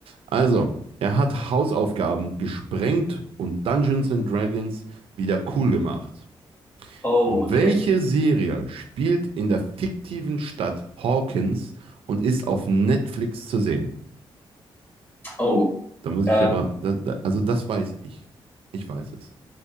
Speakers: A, on the right (about 80°); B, on the left (about 25°).
A: Also, er hat Hausaufgaben gesprengt und Dungeons and Dragons wieder cool gemacht.
B: oh,
A: Welche
B: okay,
A: Serie spielt in der fiktiven Stadt Hawkins und ist auf Netflix zu sehen?
B: oh,
A: Da muss
B: äh,
A: ich aber, da, da, also das weiß ich. Ich weiß es.